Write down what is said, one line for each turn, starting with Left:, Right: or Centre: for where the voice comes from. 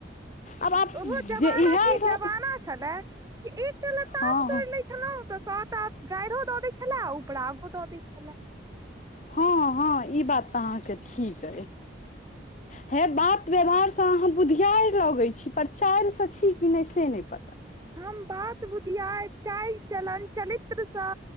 Left: आब आब
Right: ओहो जमाना
Left: जे इएह
Right: की
Left: सब।
Right: जमाना छलए, कि एकटा लताम
Left: हँ
Right: तोड़ि
Left: हँ
Right: लय छलों तऽ सौ ता गायरोदऽ दै छले, आ उपरागो दऽ दै छले।
Left: हँ- हँ ई बात तऽ अहाँके ठीक अइ। हे बात व्यवहारसँ अहाँ बुधियारि लगै छी, पर चालिसँ छी कि नहि से नहि पता।
Right: हम बात-बुधियैर, चाइल-चलन, चलित्रसँ